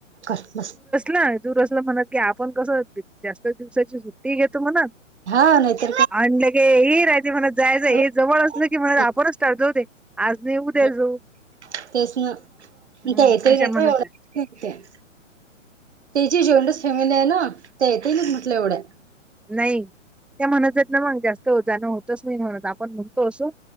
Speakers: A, on the right; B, in the centre.
A: क मस्त
B: ना दूर असलं म्हणत की आपण कसं जास्त दिवसाची सुट्टी घेतो म्हणत.
A: हा नाहीत.
B: आणलं की हे राहते मला जायचं हे
A: हो हम्म,
B: जवळ अस ना की मला रापरच स्टार्ट जऊते. आज नाही उद्या
A: हम्म.
B: जाऊ.
A: तेच ना
B: हं,
A: ते येत
B: अशा
A: नेतो
B: म्हणत
A: एवढं
B: जा.
A: त जी जॉईंटच फॅमिली आहे ना ते येत ना म्हटलं एवढ्या
B: नाही त्या म्हणत येत ना मग जास्त जाणं होतच नाही म्हणत आपण म्हणतो असं